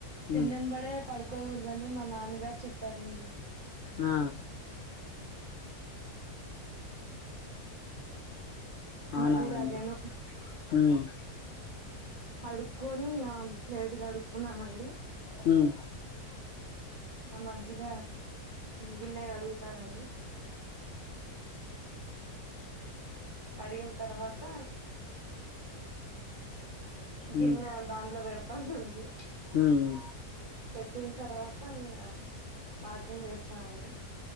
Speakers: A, on the right; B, on the left.
A: తిన్నెపడే
B: ఉమ్
A: పడు తొక్క కూడదని మా నాన్నగారు చెప్పారండి
B: ఆ అవునా
A: మజ్జిగ
B: అండి
A: తాగాను
B: హుమ్
A: కడుక్కోని ప్లేట్ కడుక్కున్నానండి
B: హమ్
A: ఆ మజ్జిగ గిన్నె కడుగుతానండి కడిగిన తర్వాత గిన్నె
B: ఉమ్
A: దాంట్లో వేడ అధండి
B: ఉమ్
A: పెట్టిన తర్వాత ఇంకా వాకింగ్ చేస్తామండి